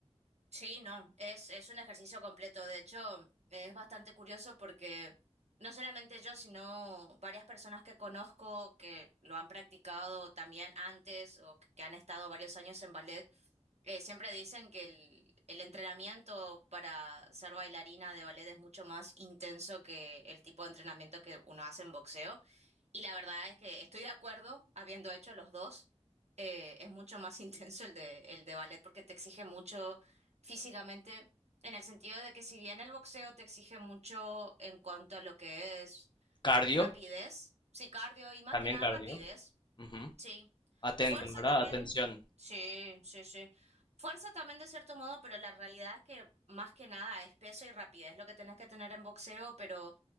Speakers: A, on the right (about 75°); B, on the left (about 45°).
A: Sí, no, es, es un ejercicio completo. De hecho, es bastante curioso porque no solamente yo, sino varias personas que conozco que lo han practicado también antes o que que han estado varios años en ballet, eh, siempre dicen que el, el entrenamiento para ser bailarina de ballet es mucho más intenso que el tipo de entrenamiento que uno hace en boxeo. Y la verdad es que estoy de acuerdo, habiendo hecho los dos, eh, es mucho más <laughs> intenso el de, el de ballet porque te exige mucho físicamente, en el sentido de que si bien el boxeo te exige mucho en cuanto a lo que es
B: Cardio,
A: rapidez, sí, cardio y más
B: también
A: que nada
B: cardio.
A: rapidez,
B: Ujú.
A: sí.
B: Atento,
A: Fuerza
B: ¿verdad?
A: también,
B: Atención.
A: sí, sí, sí. Fuerza también de cierto modo, pero la realidad es que más que nada es peso y rapidez lo que tenés que tener en boxeo, pero